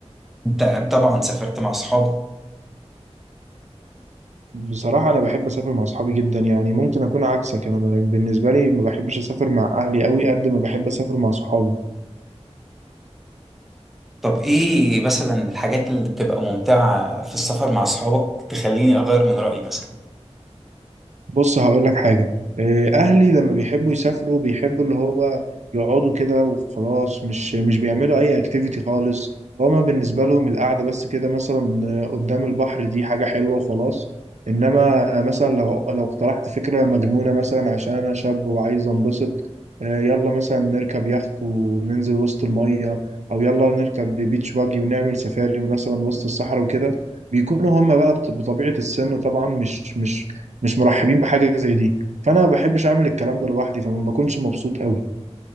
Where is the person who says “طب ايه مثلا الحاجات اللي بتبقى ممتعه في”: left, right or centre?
Centre